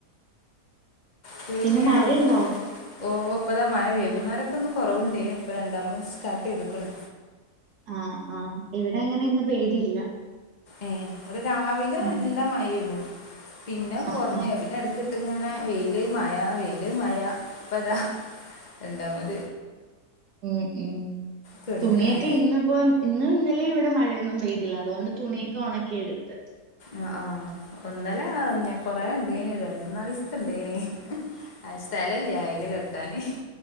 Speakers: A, on the left; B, on the right.
A: പിന്ന
B: പിന്നെ മഴയുണ്ടോ
A: ഔ ഓ ഇപ്പതാ മയ വൈകുന്നേരൊക്കെ ഒന്ന് കൊറവുണ്ടേനു ഇപ്പ രണ്ടാമത് സ്റ്റാർട്ട് ചെയ്തക്ണ്.
B: ആഹ് ആഹ് ഇവിടെ അങ്ങനൊന്ന് പെയ്തില്ല.
A: ഏ ഇവിടെ രാവിലെ
B: ഉം
A: നല്ല മഴേനു പിന്നെ
B: ആഹ്
A: കൊറഞ്
B: ആഹ്
A: പിന്നെ എടക്ക് ട്ട്ങ്ങനെ വെയില് മഴ വെയില് മഴ ഇപ്പതാ രണ്ടാമത്
B: ഉം ഉം
A: തുടങ്ങി
B: തുണിയൊക്കെ
A: മഴ
B: ഇന്നിപ്പോ ഇന്ന് ഇന്നലിം ഇവിടെ മഴ ഒന്നും പെയ്തില്ല അതുകൊണ്ട് തുണിയക്കെ ഒണക്കിയെടുത്ത്.
A: ആ ഹ്ആഹ് ഇന്നലെ കൊറെ ഇണ്ടയിനീ രണ്ട്മൂന്നാല്സത്ത ഇണ്ടേനി ആഹ് സ്ഥലല്ല അയല് കെട്ടാന്